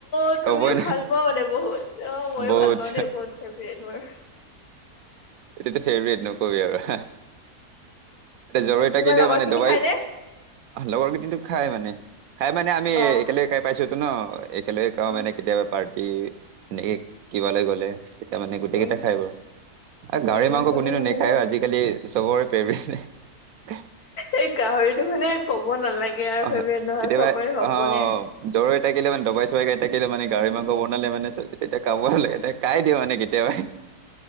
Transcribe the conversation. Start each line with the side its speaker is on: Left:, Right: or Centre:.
Left: তো
Right: ক'বই
Left: তুমিও
Right: ন
Left: ভাল পোৱা মানে বহুত। অ' ময়ো
Right: বহুত
Left: ভাল পাওঁ দেই বহুত ফেভৰেট মোৰ।
Right: এইটো ফেভৰেট নকবি আৰু এ জৰৈটাকিলেও
Left: তোমাৰ লগৰ
Right: <unintelligible> মানে
Left: খিনি
Right: দবাই
Left: খাই নে
Right: লগৰ কেইটু <unintelligible> খাই মানে খাই মানে আমি
Left: অ
Right: একেলগে খাই পাইছো ত ন একেলগে খাওঁ
Left: উম
Right: মানে কেতিয়াবা পাৰ্টি এনেকে কিবা লৈ গ'লে তেতিযা মানে গোটেই
Left: উম
Right: কেইটা খাই বাৰু গাহৰি
Left: উম
Right: মাংস
Left: তেনে
Right: কোনিনো
Left: ভাল
Right: নেখায়
Left: হ'ব
Right: আজিকালি চবৰে ফেভৰেট
Left: এই গাহৰিটো মানে ক'ব নালাগে আও
Right: অ
Left: ফেবেদ নহয়
Right: কেতিয়াবা
Left: চবৰে হবই।
Right: অ জ্বৰ হৈ থাকিলে মানে দবাই চবাই খাই থাকিলে মানে গাহৰি মাংস বনালে মানে চ-তেতিয়া কাবই লাগে তে কাই দিওঁ মানে কেতিয়াবা।